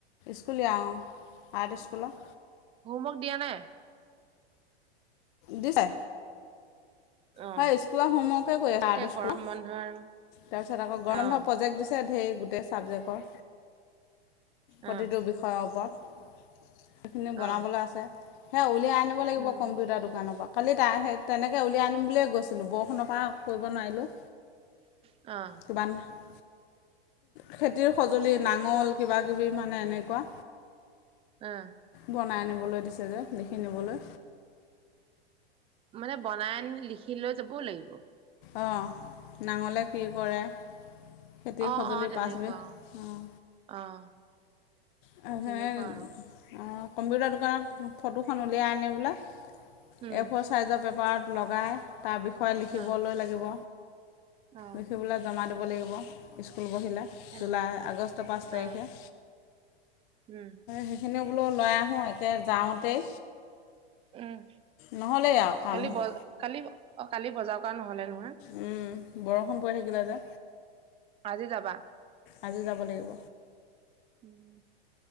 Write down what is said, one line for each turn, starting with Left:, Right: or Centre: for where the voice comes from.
Left: স্কুলীয়া অ', আৰ্ট স্কুলৰ।
Right: হোমৱৰ্ক দিয়া নাই?
Left: দিছে।
Right: অ',
Left: হয় স্কুলৰ হোমৱৰ্কে কৰি আছে
Right: এতিয়া
Left: আৰ্ট স্কুলৰ
Right: গৰম বন্ধ আৰু
Left: তাৰপিছত আকৌ গৰম
Right: অ',
Left: বন্ধৰ প্ৰজেক্ট দিছে ধেই গোটেই ছাবজেক্টৰ। প্ৰতিটো
Right: অ',
Left: বিষয়ৰ ওপৰত, সেইখিনি বনাবলৈ
Right: অ'।
Left: আছে। সেয়া উলিয়াই আনিব লাগিব
Right: উম,
Left: কম্পিউটাৰ দোকানৰ পৰা। কালি তা সেই তেনেকে উলিয়াই আনিম বুলিয়ে গৈছিলোঁ বৰষুণৰ পৰা কৰিব নোৱাৰিলোঁ।
Right: অঁ'।
Left: <unintelligible> খেতিৰ সঁজুলি নাঙল কিবা কিবি মানে এনেকুৱা
Right: অঁ।
Left: বনাই আনিবলৈ দিছে যে লিখি নিবলৈ।
Right: মানে বনাই আনি লিখি লৈ যাবও লাগিব?
Left: অঁ', নাঙলে কি কৰে,
Right: অ',
Left: খেতিৰ সঁজুলি
Right: অ', তেনেকুৱা
Left: পাঁচবিধ
Right: অ',
Left: অঁ'।
Right: অ'
Left: সে
Right: তেনেকুৱা
Left: অ,
Right: আৰু
Left: কম্পিউটাৰৰ দোকানত ফটোখন উলিয়াই আনি বলে
Right: উম
Left: এফ'ৰ ছাইজৰ পেপাৰত লগাই তাৰ বিষয়ে লিখিবলৈ
Right: আহ
Left: লাগিব।
Right: আহ,
Left: লিখিবলৈ জমা দিব লাগিব স্কুল বহিলে
Right: উম
Left: জুলাই, আগষ্ট পাঁচ তাৰিখে।
Right: অ উম।
Left: সেইখিনিও বোলো লৈ আহোঁ একে যাওঁতেই।
Right: উম,
Left: নহ'লেই আৰু কামটো
Right: কালি বজ কালি অ কালি বজাৰ কৰা নহলে নহয়।
Left: উম, বৰষুণ পৰি থাকিলে যে।
Right: আজি যাবা?
Left: আজি যাব লাগিব।
Right: উম,